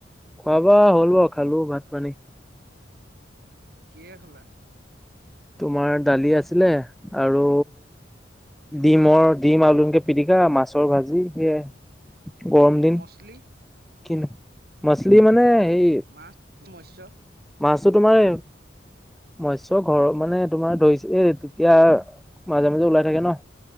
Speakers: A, in the centre; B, on the right.
A: খোৱা- বোৱা হ'ল বা খালো ভাত- পানী।
B: কিহে খালে?
A: তোমাৰ দালি আছিলে আৰু ডিমৰ ডিম আলুকে পিটিকা, মাছৰ ভাজি সেয়াই। গৰম দিন,
B: মছলি
A: কিনো মাছলি মানে হেৰি
B: মা মোৰ মৎস।
A: মাছটো তোমাৰ মস্য ঘৰত মানে তোমাৰ ধৰিছো এ তেতিয়া মাজে মাজে ওলাই থাকে ন।